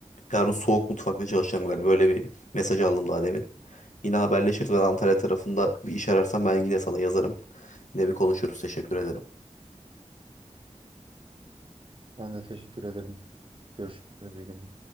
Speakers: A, on the left; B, on the right.
A: yarın soğuk mutfakta çalışacağım galiba. Böyle bir mesaj aldım daha demin. Yine haberleşiriz. Ben Antalya tarafında bir iş ararsam ben yine sana yazarım. Yine bir konuşuruz. Teşekkür ederim.
B: Ben de teşekkür ederim. Görüşürüz. iyi günler.